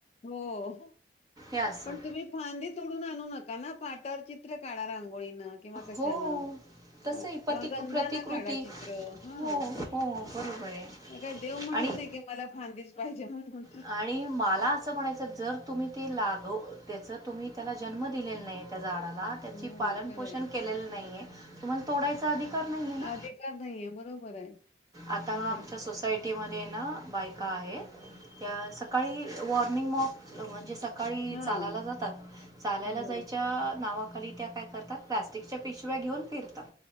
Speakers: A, on the left (about 35°); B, on the right (about 20°).
A: हो,
B: असं
A: पण तुम्ही फांदी तोडून आणू नका ना पाटावर चित्र रांगोळीन किंवा कशानं
B: हो तसंही
A: ह
B: पती
A: किंवा गंधा
B: प्रतिकृती
A: न काढा चित्र हा.
B: हो हो बरोबर आहे
A: काय देव म्हणत
B: आणि
A: नाही की, मला फांदीच पाहिजे म्हणून
B: आणि मला असं म्हणायचं जर, तुम्ही ते लागव त्याच तुम्ही त्याला जन्म दिलेला नाही त्या झाडाला त्याची
A: हो.
B: पालन
A: खरंय.
B: पोषण केली नाहीये, तुम्हाला तोडायचा अधिकार नाही आहे ना.
A: अधिकार नाहीये बरोबर आहे.
B: आता
A: खरंय.
B: आमच्या सोसायटी मध्ये ना बायका आहेत. त्या सकाळी मॉर्निंग वाँक म्हणजे सकाळ सकाळी
A: हां.
B: चालायला जातात, चालायला
A: बरोबर.
B: जायच्या नावा खाली त्या काय करतात? प्लॅस्टिकच्या पिशव्या घेऊन फिरतात,